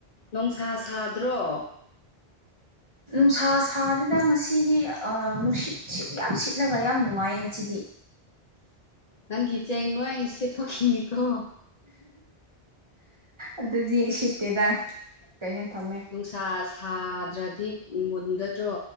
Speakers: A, on the left; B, on the right.
A: ꯅꯨꯡꯁꯥ ꯁꯥꯗ꯭ꯔꯣ
B: ꯅꯨꯡꯁꯥ ꯁꯥꯗꯅ ꯉꯁꯤꯗꯤ ꯅꯨꯡꯁꯤꯠ ꯌꯥꯝ ꯁꯤꯠꯂꯒ ꯌꯥꯝ ꯅꯨꯡꯉꯥꯏꯌꯦ ꯉꯁꯤꯗꯤ
A: ꯅꯪꯒꯤ ꯆꯦꯡ ꯅꯣ ꯑꯩ ꯁꯦ ꯊꯣꯛꯣꯛꯈꯤꯅꯤꯀꯣ
B: ꯑꯗꯨꯖꯤ ꯁꯤꯠꯇꯦꯗ ꯀꯩꯅꯣ ꯊꯝꯃꯦ
A: ꯅꯨꯡꯁꯥ ꯁꯥꯗ ꯅꯠꯇ꯭ꯔꯗꯤ ꯃꯨꯟꯒꯗ꯭ꯔꯣ